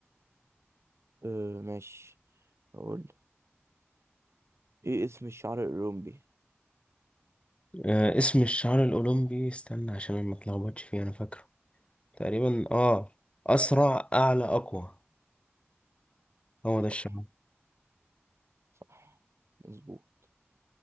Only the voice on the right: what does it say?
أه ماشي أقول إيه اسم الشعر الأولمبي
صح
صح مظبوط